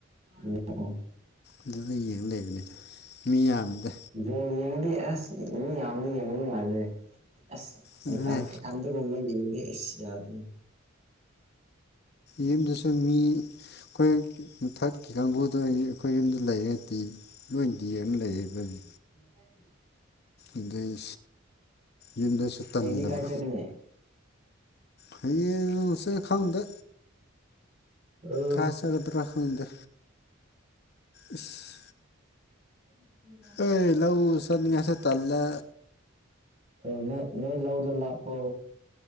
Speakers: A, on the right; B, on the left.
A: ꯑꯣ ꯑꯣ
B: ꯑꯗꯨꯗ ꯌꯦꯡ ꯂꯩꯕꯅꯦ ꯃꯤ ꯌꯥꯝꯕꯗ
A: ꯕꯣꯜ ꯌꯦꯡꯗꯦ ꯑꯁ ꯃꯤ ꯌꯥꯝꯗꯤ ꯌꯦꯡꯕ ꯅꯨꯡꯉꯥꯏꯕꯅꯦ ꯑꯁ
B: ꯑꯗꯨꯅꯦ
A: ꯏꯇꯪ ꯏꯊꯟ ꯑꯗꯨꯒꯨꯝꯕ ꯌꯦꯡꯕꯗꯤ ꯑꯦꯁ ꯌꯥꯗꯅꯤ
B: ꯌꯨꯝꯗꯁꯨ ꯃꯤ ꯈꯣꯏ ꯃꯊꯛ ꯀ ꯀꯥꯡꯕꯨꯗ ꯑꯩꯈꯣꯏ ꯌꯨꯝꯗ ꯂꯩꯔꯗꯤ ꯅꯣꯏ ꯗꯤꯑꯦꯝ ꯂꯩꯌꯦ ꯑꯈꯣꯏꯗꯤ
A: <inaudible>
B: ꯑꯗꯩ ꯌꯨꯝꯗꯁꯨ ꯇꯟꯗꯕ
A: ꯍꯌꯦꯡꯗꯤ ꯀꯥꯏ ꯆꯠꯀꯅꯤ
B: ꯍꯥꯌꯦꯡꯁꯦ ꯈꯪꯗꯦ
A: ꯑꯥ
B: ꯈꯁ ꯒꯗ꯭ꯔꯥ ꯈꯪꯗꯦ ꯏꯁ
A: <inaudible>
B: ꯑꯩ ꯂꯧꯎ ꯆꯟꯅꯤꯡꯉꯁꯦ ꯇꯜꯂꯦ
A: ꯑꯣ ꯅ ꯅꯣꯏ ꯂꯧꯗ ꯂꯥꯞꯄꯣ